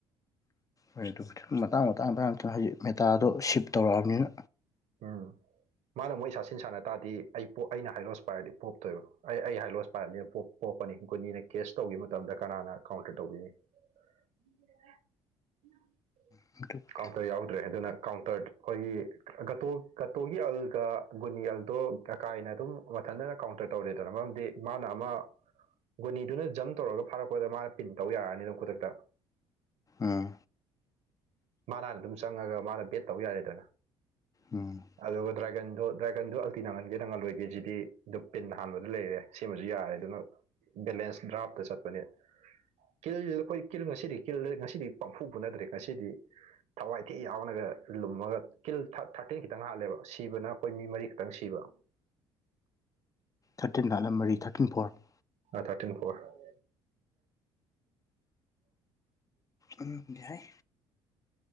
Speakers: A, on the left (about 25°); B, on the right (about 65°).
A: ꯍꯣꯏ ꯑꯗꯨꯕꯨꯗꯤ ꯃꯇꯥꯡ ꯃꯇꯥꯡ ꯃꯇꯥꯡ ꯃꯦꯇꯥꯗꯣ
B: ꯎꯝ
A: ꯁꯤꯞ ꯇꯧꯔꯛꯑꯕꯅꯤꯅ
B: ꯎꯝ ꯃꯥꯅ ꯃꯣꯏ ꯏꯁꯥꯁꯤꯟ ꯁꯥꯟꯅ ꯇꯥꯔꯗꯤ ꯑꯩ ꯄꯣ ꯑꯩꯅ ꯍꯥꯏꯂꯣꯁ ꯄꯥꯏꯔꯗꯤ ꯄꯣꯞꯇꯣꯏꯕ ꯑꯩ ꯑꯩ ꯍꯥꯏꯂꯣꯁ ꯄꯥꯏꯕꯅꯤꯅ ꯄꯣꯞ ꯄ‌ꯣꯞꯄꯅꯤ ꯨꯒꯨꯟꯅꯤꯅ ꯀꯦꯁ ꯇꯧꯈꯤꯕ ꯃꯇꯝꯗ ꯀꯅꯥꯅ ꯀꯥꯎꯟꯇꯔ ꯇꯧꯕꯤꯅꯤ <inaudible>
A: <unintelligible>
B: ꯀꯥꯎꯟꯇꯔ ꯌꯥꯎꯗ꯭ꯔꯦ ꯑꯗꯨꯅ ꯀꯥꯎꯟꯇꯔ ꯑꯩꯈꯣꯏꯒꯤ ꯒꯇꯣ ꯒꯇꯣꯒꯤ ꯑꯜꯒ ꯒꯨꯟꯅꯤ ꯑꯜꯗꯣ ꯑꯀꯥꯏꯅ ꯑꯗꯨꯝ ꯃꯊꯟꯗꯅ ꯀꯥꯎꯟꯇꯔ ꯇꯧꯔꯦꯗꯅ ꯃꯔꯝꯗꯤ ꯃꯥꯅ ꯑꯃ ꯒꯨꯅꯤꯗꯨꯅ ꯖꯝ ꯇꯧꯔꯒ ꯐꯥꯔꯛꯄꯗ ꯃꯥꯅ ꯄꯤꯟ ꯇꯧ ꯌꯥꯔꯅꯤ ꯑꯗꯨꯝ ꯈꯨꯗꯛꯇ
A: ꯎꯝ
B: ꯃꯥꯟ ꯍꯥꯟ ꯑꯗꯨꯝ ꯆꯪꯉꯒ ꯃꯥꯅ ꯕꯦꯠ ꯇꯧ ꯌꯥꯔꯦꯗꯅ
A: ꯎꯝ
B: ꯑꯗꯨꯒ ꯗ꯭ꯔꯥꯏꯒꯟꯗꯣ ꯗ꯭ꯔꯥꯏꯒꯟꯖꯨ ꯑꯜꯇꯤꯅ ꯑꯣꯟꯒꯦ ꯅꯪꯍꯜ ꯂꯣꯏꯒꯦꯖꯤꯗꯤ ꯑꯗꯨꯝ ꯄꯤꯟ ꯍꯥꯟꯕꯗ ꯂꯩꯔꯦ ꯁꯤꯃꯖꯨ ꯌꯥꯔꯦ ꯑꯗꯨꯅ ꯕꯦꯂꯦꯟꯁ ꯗ꯭ꯔꯥꯐꯇ ꯆꯠꯄꯅꯤ ꯀꯤꯜꯁꯤꯖꯨ ꯑꯩꯈꯣꯏ ꯀꯤꯜ ꯉꯁꯤꯗꯤ ꯀꯤꯜ ꯉꯁꯤꯗꯤ ꯄꯥꯡꯐꯨ ꯐꯨꯅꯗ꯭ꯔꯦ ꯉꯁꯤꯗꯤ ꯊꯋꯥꯏ ꯊꯤ ꯌꯥꯎꯅꯒ ꯂꯨꯝꯃꯒ ꯀꯤꯜ ꯊꯥꯔ ꯊꯥꯔꯇꯤꯟ ꯈꯤꯇꯪ ꯍꯥꯜꯂꯦꯕ ꯁꯤꯕꯅ ꯑꯩꯈꯣꯏ ꯃꯤ ꯃꯔꯤ ꯈꯛꯇꯪ ꯁꯤꯕ
A: ꯊꯥꯔꯇꯤꯟ ꯂꯥꯠꯂꯝ ꯃꯔꯤ ꯊꯥꯔꯇꯤꯟ ꯐꯣꯔ
B: ꯑ ꯊꯥꯔꯇꯤꯟ ꯐꯣꯔ <unintelligible>
A: ꯎꯝ ꯌꯥꯏ